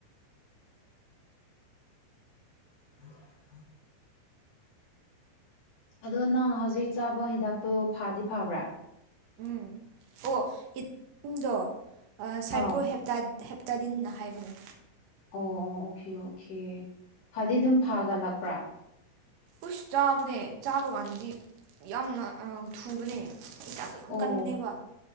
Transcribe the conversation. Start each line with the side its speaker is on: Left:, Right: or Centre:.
Left: <inaudible> ꯑꯗꯣ ꯅꯪ ꯍꯧꯖꯤꯛ ꯆꯥꯕ ꯍꯤꯗꯥꯛꯇꯣ ꯐꯥꯗꯤ ꯐꯕ꯭ꯔꯥ
Right: ꯎꯝ ꯑꯣ ꯏꯝꯗꯣ ꯁꯥꯏꯄ꯭ꯔꯣ
Left: ꯑꯥꯎ
Right: ꯍꯦꯞꯇꯥ ꯍꯦꯞꯇꯥꯗꯤꯟꯅ ꯍꯥꯏꯕꯅꯦ
Left: ꯑꯣ ꯑꯣ ꯑꯣꯀꯦ ꯑꯣꯀꯦ ꯐꯗꯤ ꯑꯗꯨꯝ ꯐꯒꯠꯂꯛꯄ꯭ꯔꯥ
Right: ꯎꯁ ꯆꯥꯕꯅꯦ ꯆꯥꯕ ꯀꯥꯟꯗꯗꯤ ꯌꯥꯝꯅ ꯑꯥ ꯊꯨꯕꯅꯦ ꯍꯤꯗꯥꯛ ꯇꯣ ꯌꯥꯝ
Left: ꯑꯣ
Right: ꯀꯟꯕꯅꯦꯕ